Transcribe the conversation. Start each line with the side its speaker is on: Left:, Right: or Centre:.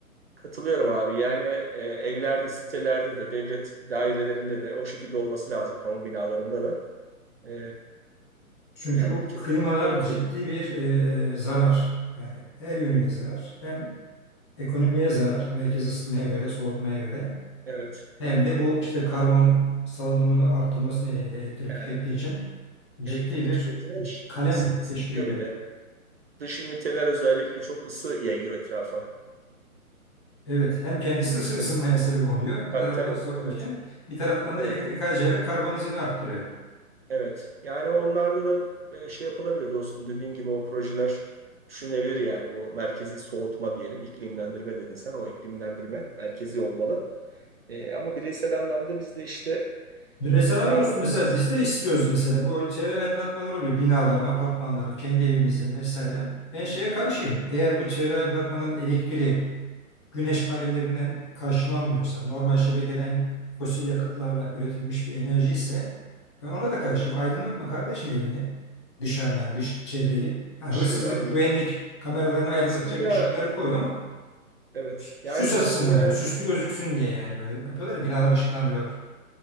Right: Katılıyorum abi. Yani e, evlerde, sitelerde de, devlet dairelerinde de o şekilde olması lazım. Kamu binalarında da. E,
Left: Çünkü
Right: yani
Left: bu
Right: kesinlikle
Left: klimalar
Right: doğru söylüyorsun.
Left: ciddi bir e, zarar. Yani her yönüyle zarar. Hem ekonomiye zarar, merkez ısıtmaya göre, soğutmaya göre.
Right: Evet.
Left: Hem de bu işte karbon salınımını arttırması nedeniyle elektrik
Right: Yani
Left: tükettiği için ciddi
Right: elektrik
Left: bir
Right: tüketimi
Left: kalem
Right: ısı- ısıtıyor
Left: teşkil ediyor.
Right: bir de. Dış üniteler özellikle çok ısı yayıyor etrafa.
Left: Evet, hem kendisi ısı- ısınmaya
Right: Yani,
Left: sebep oluyor bir
Right: tabii
Left: taraftan
Right: tabii.
Left: soğuturken
Right: Evet.
Left: bir taraftan
Right: Evet.
Left: da elektrik harcayarak karbon izini arttırıyor.
Right: Evet. Yani onlarda da e, şey yapılabilir dostum. Dediğin gibi o projeler düşünülebilir yani bu merkezi soğutma diyelim. iklimlendirme dedin sen. O iklimlendirme merkezi olmalı. E, ama bireysel anlamda biz de işte
Left: Bireysel anlamda
Right: ne yapabiliriz?
Left: dostum mesela biz de istiyoruz mesela bu çevre aydınlatmaları oluyor binaların, apartmanların, kendi evimizin vesaire. Ben şeye karşıyım. Eğer bu çevre aydınlatmanın elektriği güneş panellerinden karşılanmıyorsa, normal şebekeden fosil yakıtlarla üretilmiş bir enerji ise ben ona da karşıyım.
Right: Evet.
Left: Aydınlatma kardeşim evini, dışarı yani dış çevreyi. Ha,
Right: Bir
Left: hırsızlık,
Right: Şey, anladım.
Left: güvenlik kameralarını aydınlatacak
Right: Aslında
Left: ışıkları koy ama
Right: evet.
Left: sü-
Right: Yani
Left: süs açısından
Right: dostum yani
Left: böyle, süslü gözüksün diye yani böyle yapıyorlar ya, binalar ışıklandırıyorlar.